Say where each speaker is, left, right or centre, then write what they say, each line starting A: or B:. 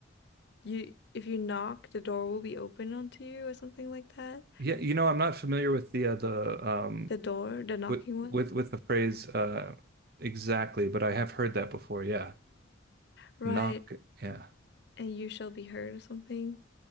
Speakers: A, on the left; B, on the right.
A: you if you knock, the door will be open unto you, or something like that.
B: Yeah, you know, I'm not familiar with the uh, the um
A: The door, the knocking
B: with
A: one,
B: with with the phrase uh exactly, but I have heard that before. Yeah.
A: right?
B: Knock. Yeah.
A: And you shall be heard, or something.